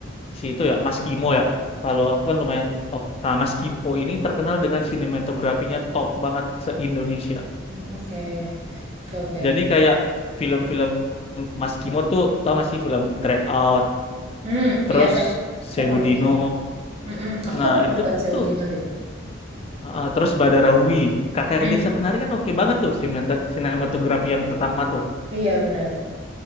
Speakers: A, on the left; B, on the right.
A: si itu ya Mas Kimo ya. Kalau aku kan lumayan oh, nah, Mas Kimo ini terkenal dengan sinematografinya top banget se-Indonesia.
B: Mm, Oke, oke, oke.
A: Jadi kayak film-film Mas Kimo tuh tau gak sih film Dread Out,
B: Hmm,
A: terus
B: iya, Kak. aku
A: Sewudino.
B: familiar. Mm-mm. Aku
A: Nah,
B: kapan
A: itu
B: nonton Sewu
A: tuh
B: Dino deh?
A: Uh, terus Badarawi, kakak
B: Hmm.
A: desa penari kan oke banget tuh sinemata- sinematografi yang pertama tuh.
B: Iya, benar.